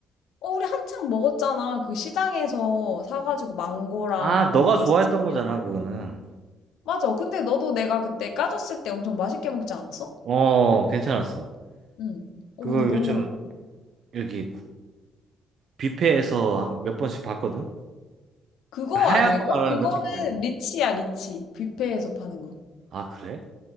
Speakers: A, on the left; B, on the right.
A: 어, 우리 한창 먹었잖아. 그 시장에서 사가지고 망고랑
B: 아,
A: 망고스틴이랑.
B: 너가 좋아했던 거잖아, 그거는.
A: 맞아. 근데 너도 내가 그때 까졌을 때 엄청 맛있게 먹지 않았어?
B: 어, 괜찮았어.
A: 응. 어,
B: 그거
A: 근데 너무,
B: 요즘 여기 뷔페에서 몇 번씩 봤거든?
A: 그거
B: 하얀
A: 아닐걸?
B: 거 말하는
A: 그거는
B: 거지, 과일.
A: 리치야, 리치. 뷔페에서 파는 거.
B: 아, 그래?